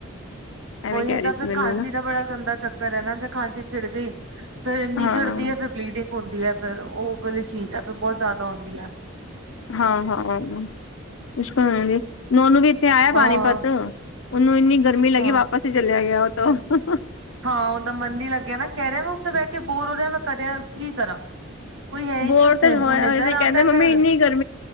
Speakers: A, on the left; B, on the right.
A: ਐਵੇਂ
B: ਉਹੀ
A: ਕਹਿ ਰਹੀ
B: ਤਾਂ ਫਿਰ
A: ਸੀ ਮੈਨੂੰ
B: ਖਾਂਸੀ
A: ਨਾ
B: ਦਾ ਬੜਾ ਗੰਦਾ ਚੱਕਰ ਐ ਨਾ, ਜੇ ਖਾਂਸੀ ਛਿੜ ਗਈ, ਫੇਰ ਇੰਨੀ
A: ਹਾਂ
B: ਛਿੜਦੀ ਐ ਫਿਰ ਬਲੀਡਿੰਗ ਹੁੰਦੀ ਹੈ ਫਿਰ, ਉਹ ਵਾਲੀ ਚੀਜ਼ ਹੈ ਫਿਰ ਬਹੁਤ ਜ਼ਿਆਦਾ ਹੁੰਦੀ ਐ।
A: ਹਾਂ-ਹਾਂ, ਮੁਸ਼ਕਲ ਹੋ ਜਾਂਦੀ, ਮੈਂ ਓਹਨੂੰ ਵੀ ਇਥੇ ਆਇਆ
B: ਹਾਂ
A: ਪਾਣੀਪਤ, ਉਹਨੂੰ ਇੰਨੀ ਗਰਮੀ ਲੱਗੀ
B: ਹਾਂ
A: ਵਾਪਸ ਹੀ ਚਲਿਆ ਗਿਆ ਉਹ ਤੋ।
B: ਹਾਂ, ਉਹਦਾ ਮਨ ਨੀ ਲੱਗਿਆ ਨਾ ਕਹਿ ਰਿਆ ''ਮੈਂ ਉੱਥੇ ਬਹਿਕੇ ਬੋਰ ਹੋ ਰਿਆ ਮੈਂ ਕਰਿਆ ਕੀ ਕਰਾਂ। ਕੋਈ ਹੈ ਹੀ
A: ਬੋਰ
B: ਨੀ ਉੱਥੇ
A: ਤੇ ਹੋਇਆ
B: ਹੁਣ ਇੱਧਰ
A: ਹੋਇਆ ਸੀ,
B: ਆਉਂਦਾ
A: ਕਹਿੰਦਾ ਮੰਮੀ
B: ਫੇਰ
A: ਇੰਨੀ ਗਰ